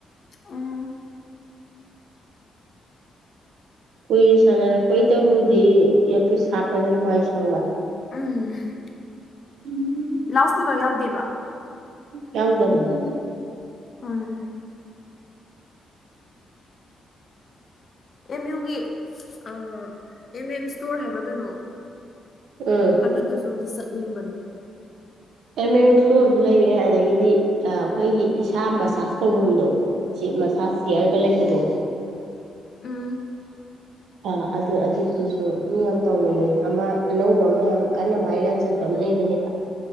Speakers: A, on the left (about 35°); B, on the right (about 85°).
A: ꯎꯝ
B: ꯀꯨꯏꯅ ꯁꯥꯟꯅꯔꯛꯄꯩꯇꯕꯨꯗꯤ ꯌꯤꯔ ꯄꯤꯁ ꯍꯥꯞꯄꯖꯤꯅ ꯋꯥꯏ ꯁꯪꯕ꯫
A: ꯑꯝ
B: <unintelligible>
A: ꯂꯥꯎꯠ ꯁ꯭ꯄꯤꯀꯔ ꯌꯥꯎꯗꯦꯕ꯫
B: ꯌꯥꯎꯗꯕꯅꯦ
A: ꯎꯝ ꯑꯦꯝ ꯌꯨꯒꯤ ꯑꯥ ꯑꯦꯝ ꯑꯦꯝ ꯏꯁꯇꯣꯔ ꯍꯥꯏꯕ꯭ꯔꯥ ꯀꯩꯅꯣ
B: ꯎꯝ
A: ꯑꯗꯨꯗꯨꯁꯨ ꯑꯝꯇ ꯆꯠꯅꯤꯡꯕꯅꯤ꯫
B: ꯑꯦꯝꯃꯦꯟ ꯏꯁꯇꯣꯔꯁꯨ ꯂꯩꯔꯦ ꯑꯗꯒꯤꯗꯤ ꯑꯩꯈꯣꯏꯒꯤ ꯏꯁꯥ ꯃꯁꯥꯁ ꯇꯧꯐꯝꯗꯣ ꯁꯤ ꯃꯁꯥꯁ ꯆꯤꯌꯥꯔꯒ ꯂꯩꯕꯗꯣ
A: ꯎꯝ
B: ꯑ ꯑꯗꯨ ꯑꯗꯨꯗꯨꯁꯨ ꯃꯤ ꯌꯥꯝ ꯇꯧꯅꯩꯌꯦ ꯑꯃ ꯑꯅꯧꯕ ꯑꯃ ꯌꯥꯝ ꯀꯟꯅ ꯚꯥꯏꯔꯦꯜ ꯆꯠ ꯑꯃ ꯂꯩꯕꯅꯦꯕ